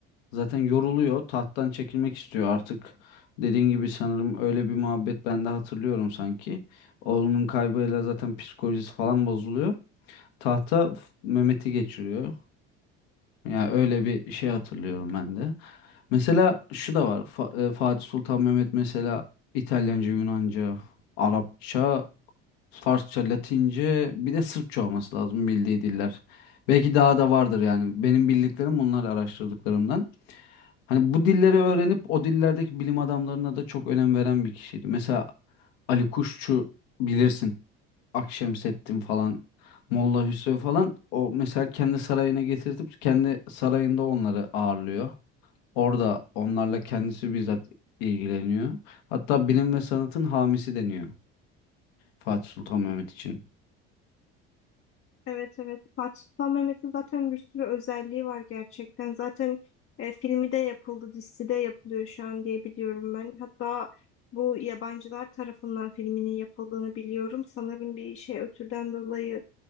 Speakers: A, on the left (about 80°); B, on the left (about 45°).
A: Zaten yoruluyor. Tahttan çekilmek istiyor artık. Dediğin gibi sanırım öyle bir muhabbet ben de hatırlıyorum sanki. Oğlunun kaybıyla zaten psikolojisi falan bozuluyor. Tahta f- Mehmet'i geçiriyor. Ya öyle bir şey hatırlıyorum ben de. Mesela şu da var. Fa- e, Fatih Sultan Mehmet mesela İtalyanca, Yunanca, Arapça, Farsça, Latince, bir de Sırpça olması lazım bildiği diller. Belki daha da vardır yani. Benim bildiklerim bunlar araştırdıklarımdan. Hani bu dilleri öğrenip o dillerdeki bilim adamlarına da çok önem veren bir kişiydi. Mesela Ali Kuşçu bilirsin. Akşemseddin falan, Molla Hüsrev falan o mesela kendi sarayına getirtip kendi sarayında onları ağırlıyor. Orada onlarla kendisi bizzat ilgileniyor. Hatta bilim ve sanatın hamisi deniyor Fatih Sultan Mehmet için.
B: Evet evet Fatih Sultan Mehmet'in zaten bir sürü özelliği var gerçekten. Zaten e, filmi de yapıldı, dizisi de yapılıyor şu an diye biliyorum ben. Hatta bu yabancılar tarafından filminin yapıldığını biliyorum. Sanırım bir şey ötürden dolayı